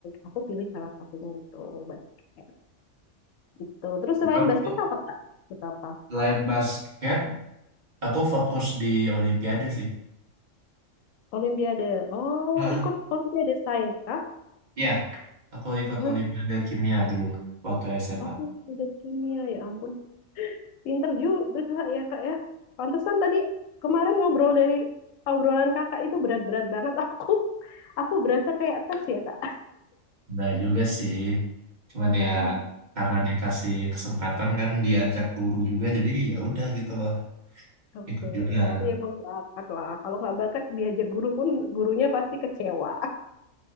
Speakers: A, on the left; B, on the right.
A: Aku pilih salah satunya itu basket gitu. Terus selain
B: Aku
A: basket apa kak? Ikut apa?
B: selain basket Aku fokus di Olimpiade sih.
A: Olimpiade. Oh,
B: Hmm.
A: ikut Olimpiade Sains kah?
B: Ya, Aku ikut
A: Eh,
B: Olimpiade Kimia dulu waktu SMA.
A: oh, Olimpiade Kimia ya ampun. Pinter juga Kak, ya Kak ya. Pantesan tadi kemarin ngobrol dari obrolan Kakak itu berat-berat banget <laughs> aku. Aku berasa kayak tes ya Kak.
B: Nah juga sih. Cuman ya
A: Aduh.
B: karena dikasih kesempatan kan diajak guru juga jadi ya udah gitu loh
A: Oke,
B: ikut juga.
A: tapi emang bakat lah. Kalau nggak bakat diajar guru pun gurunya pasti kecewa.